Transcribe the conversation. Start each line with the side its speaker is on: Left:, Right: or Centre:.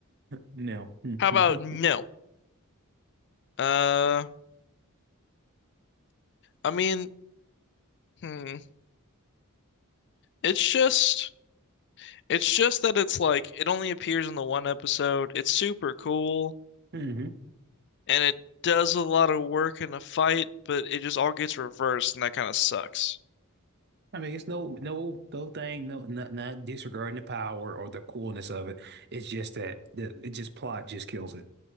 Right: No.
Left: How about
Right: <laughs>
Left: no? Uh, I mean, hmm. It's just it's just that it's like it only appears in the one episode. It's super cool.
Right: hmm
Left: and it does a lot of work in a fight, but it just all gets reversed, and that kind of sucks.
Right: I mean it's no no no thing no not not disregarding the power or the coolness of it. It's just that the it just plot just kills it.